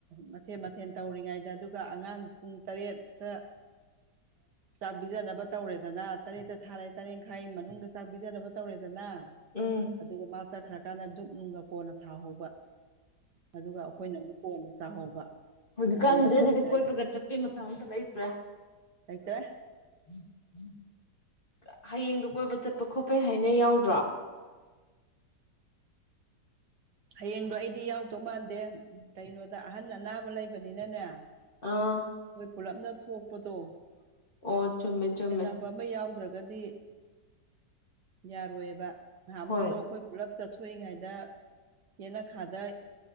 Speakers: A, on the right; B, on the left.
A: ꯃꯊꯦꯜ ꯃꯊꯦꯜ ꯇꯧꯔꯤꯉꯩꯗ ꯑꯗꯨꯒ ꯑꯉꯥꯡ ꯄꯨꯡ ꯇꯔꯦꯠꯇ ꯆꯥꯛ ꯄꯤꯖꯅꯕ ꯇꯧꯔꯦꯗꯅ ꯇꯔꯦꯠꯇ ꯊꯥꯔꯦ ꯇꯔꯦꯈꯥꯏ ꯃꯅꯨꯡꯗ ꯆꯥꯛ ꯄꯤꯖꯅꯕ ꯇꯧꯔꯦꯗꯅ
B: ꯎꯝ
A: ꯑꯗꯨꯒ ꯃꯥ ꯆꯠꯈ꯭ꯔꯀꯥꯟꯗ ꯗꯨꯛ ꯅꯨꯡꯒ ꯀꯣꯟꯅ ꯊꯥꯍꯧꯕ ꯑꯗꯨꯒ ꯑꯩꯈꯣꯏꯅ ꯑꯃꯨꯛ꯫ ꯀꯣꯟꯅ ꯆꯥꯍꯧꯕ
B: ꯍꯧꯖꯤꯛꯀꯥꯟꯖꯤꯗꯤ
A: ꯄꯨꯡ ꯃꯥꯄꯟ
B: ꯑꯗꯨꯗꯤ
A: ꯁ꯭ꯋꯥꯏꯗ
B: ꯀꯣꯏꯕꯒ ꯆꯠꯄꯩ ꯃꯇꯝ ꯑꯝꯇ ꯂꯩꯇ꯭ꯔꯦ
A: ꯂꯩꯇ꯭ꯔꯦ
B: <inaudible> ꯍꯌꯦꯡꯗꯨ ꯀꯣꯏꯕ ꯆꯠꯄ ꯈꯣꯠꯄꯩ ꯍꯥꯏꯅ ꯌꯥꯎꯗ꯭ꯔꯣ
A: ꯍꯌꯦꯡꯗꯣ ꯑꯩꯗꯤ ꯌꯥꯎꯗꯧ ꯃꯥꯟꯗꯦ ꯀꯩꯅꯣꯗ ꯑꯍꯟ ꯑꯅꯥꯕ ꯂꯩꯕꯅꯤꯅꯅꯦ
B: ꯑꯥ
A: ꯑꯩꯈꯣꯏ ꯄꯨꯜꯂꯞꯅ ꯊꯣꯛꯄꯗꯣ <inaudible> <unintelligible>
B: ꯑꯣ ꯆꯨꯝꯃꯦ ꯆꯨꯝꯃꯦ
A: <unintelligible> ꯑꯃ ꯌꯥꯎꯗ꯭ꯔꯒꯗꯤ ꯌꯥꯔꯣꯏꯑꯕ ꯅꯍꯥꯟꯃꯨꯛꯁꯨ
B: ꯍꯣꯏ
A: ꯑꯩꯈꯣꯏ ꯄꯨꯂꯞ ꯆꯠꯊꯣꯛꯏꯉꯩꯗ ꯌꯦꯅꯈꯥꯗ